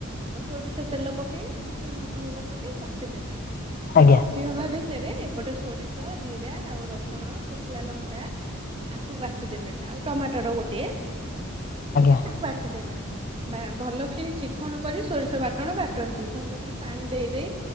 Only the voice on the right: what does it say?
ଆଉ ସୋରିଷ ତେଲ ପକେଇ ଟିକେ ଲଙ୍କାଗୁଣ୍ଡ ପକେଇ କଷିଦେବେ। ଟିଏ
କଷ ଇ ହବା ଭିତରେ ଏପଟେ ସୋରିଷ, ଜିରା ଆଉ ରସୁଣ, ଶୁଖିଲା ଲଙ୍କା ଆକୁ ବାଟିଦେବେ। ଆଉ ଟମାଟର ଗୋଟିଏ ପକେଇ
ତାକୁ ବାଟିଦେବେ। ବା ଭଲକିରି ଚିକଣ କରି ସୋରିଷ ବାଟଣ ବାଟନ୍ତି। ଭଲ କିରି ପାଣି ଦେଇ ଦେଇ